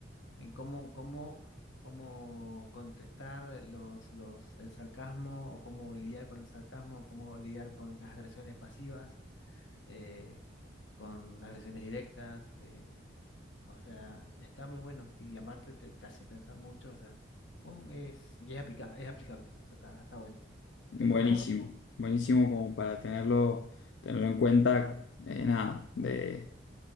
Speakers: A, on the left; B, on the left.
A: En cómo, cómo, cómo contestar los, los, el sarcasmo o cómo lidiar con el sarcasmo, cómo lidiar con las agresiones pasivas eh, con las versiones directas, eh, o sea, está muy bueno y aparte te, te hace pensar mucho, o sea, um, es, y es, aplica- es aplicable, o sea, está, está bueno.
B: buenísimo,
A: Te lo dejo,
B: buenísimo como para tenerlo, tenerlo en cuenta, eh, nada, de,